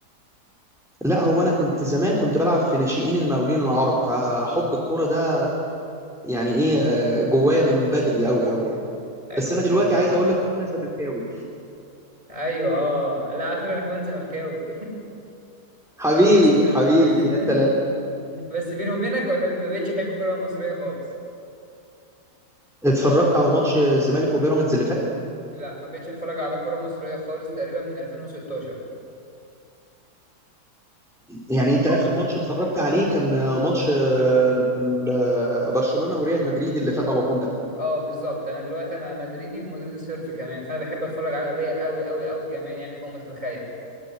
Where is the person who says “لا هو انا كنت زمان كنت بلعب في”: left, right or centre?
Centre